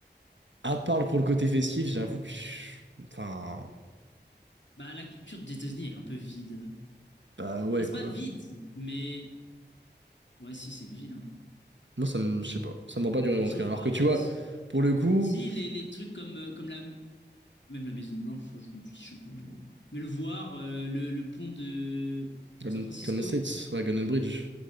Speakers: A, on the right; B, on the left.
A: À part le pour le côté festif, j'avoue que. je- Enfin.
B: Bah, la culture des États-Unis est un peu vide.
A: Bah
B: Enfin,
A: ouais,
B: c'est
A: quoi.
B: pas vide, mais ouais, si, c'est vide un peu.
A: Moi, ça me. Je sais pas. Ça me vend pas du
B: Ça
A: rêve,
B: me
A: en
B: chauffe
A: tout cas. Alors
B: pas,
A: que
B: en
A: tu
B: fait.
A: vois, pour le coup.
B: Si, les, les trucs comme, euh, comme la. Même la Maison Blanche, je m'en fiche un peu, j'avoue. Mais le voir, euh, le, le pont de
A: Golden,
B: San Francisco,
A: Golden States, ouais, Golden Bridge.